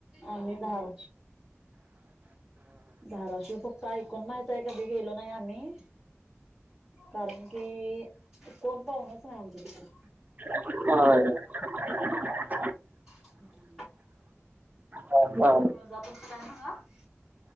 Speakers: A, in the centre; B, on the right (about 35°).
A: आम्ही भार धाराशिव फक्त ऐकून माहित आहे, कधी गेलो नाही आम्ही. कारण कि, कोण पाहूनच नाही आमच्या तिकडून.
B: आहे. <inaudible>
A: <inaudible>
B: हा
A: <unintelligible> हा.